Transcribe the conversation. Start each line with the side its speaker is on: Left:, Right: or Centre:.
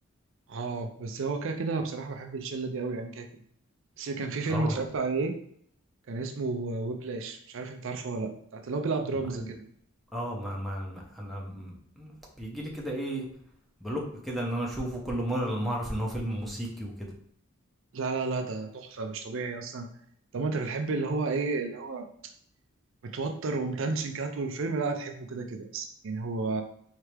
Right: اه بس هو كده كده بصراحه بحب الشله دي قوي يعني كده كده بس كان في فيلم
Centre: اه
Right: اتفرجت عليه كان اسمه ويبلاش مش عارف انت عارفه ولا لا بتاعت اللي هو بيلعب درامز
Centre: مع-
Right: كده
Centre: اه ما ما ما- انا م- بيجي لي كده ايه بلوك كده ان انا اشوفه كل مره لما اعرف ان هو فيلم موسيقي وكده
Right: لا لا لا ده تحفه مش طبيعي اصلا طب ما انت بتحب اللي هو ايه اللي هو متوتر ومتنشن كده طول الفيلم لا هتحبه كده كده اصلا يعني هو